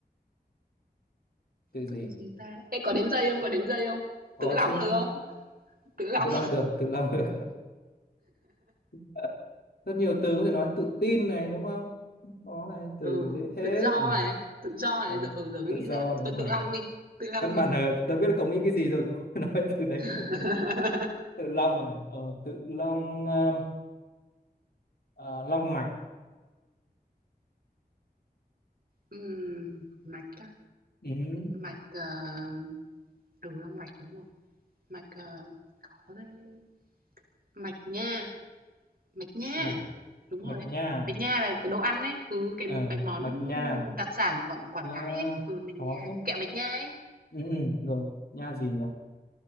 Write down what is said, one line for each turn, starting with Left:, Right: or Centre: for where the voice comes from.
Left: tự gì
Right: tự gì ta? Ê có đếm giây không? Có đếm giây không?
Left: có
Right: Tự long
Left: chứ
Right: được không? Tự long.
Left: à, tự long được tự long được <laughs> rất nhiều từ có thể nói tự tin này đúng không đó này từ
Right: Ừ,
Left: dễ thế
Right: tự do
Left: Ừ,
Right: này, tự do này
Left: Ờ,
Right: giờ ừ, giờ mới
Left: tự
Right: nghĩ
Left: do
Right: ra.
Left: đúng
Right: Thôi tự
Left: rồi
Right: long đi, tự long
Left: căn
Right: đi.
Left: bản là tớ biết là cậu nghĩ cái gì rồi cậu không <laughs> phải nói từ đấy
Right: <laughs>
Left: được tự long này ờ, tự long ờ, ờ, long mạch
Right: Ừm, mạch á,
Left: ừ. đúng.
Right: mạch uh, ừ long mạch đúng rồi. Mạch ờ, khó đấy Mạch nha, mạch nha.
Left: mạch
Right: Đúng
Left: mạch
Right: rồi ấy.
Left: nha
Right: Bánh nha là cái đồ ăn ấy, ừ, cái
Left: ờ,
Right: cái món
Left: mạch nha
Right: đặc sản Quảng Quảng
Left: Ờ,
Right: Ngãi ấy, ừ, bánh
Left: có
Right: nha,
Left: thế
Right: kẹo bánh nha ấy,
Left: ừ, ừ, rồi nha gì nhỉ